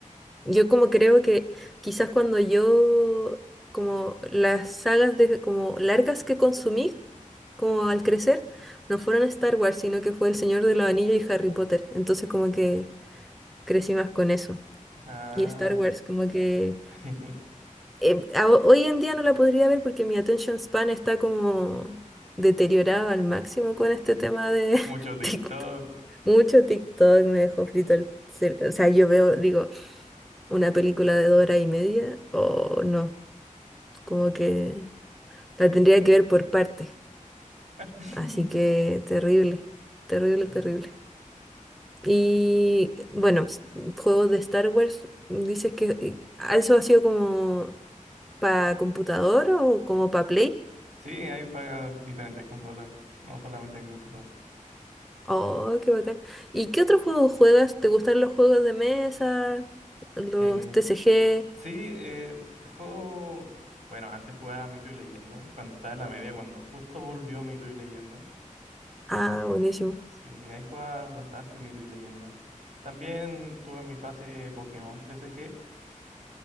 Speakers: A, in the centre; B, on the right.
A: yo como creo que quizás cuando yo, como las sagas de, como largas que consumí, como al crecer, no fueron Star Wars, sino que fue El Señor de los Anillos y Harry Potter. Entonces como que crecí más con eso.
B: Ah,
A: Y Star Wars, como que...
B: <laughs>
A: eh, a- hoy en día no la podría ver porque mi attention span está como deteriorada al máximo con este tema de
B: mucho
A: <laughs>
B: TikTok.
A: TikTok. Mucho TikTok me dejó frito el cerebro. O sea, yo veo, digo, una película de dos horas y media o no, como que la tendría que ver por partes.
B: <laughs>
A: Así que terrible, terrible,
B: Yeah.
A: terrible. Y bueno, s- juegos de Star Wars, dices que eh, eso ha sido como para computador o como para Play.
B: Sí, hay para diferentes consolas, no solamente en computador.
A: Oh, qué bacán. ¿Y qué otros juegos juegas? ¿Te gustan los juegos de mesa? ¿Los
B: Eh,
A: TCG?
B: Sí, eh, juego. Bueno, antes jugaba Mito y Leyenda, cuando estaba en la media, cuando justo volvió Mito y Leyenda.
A: Ah,
B: Ahí,
A: buenísimo.
B: eh, sí, ahí jugaba bastante Mito y Leyenda. También tuve mi fase Pokémon TCG.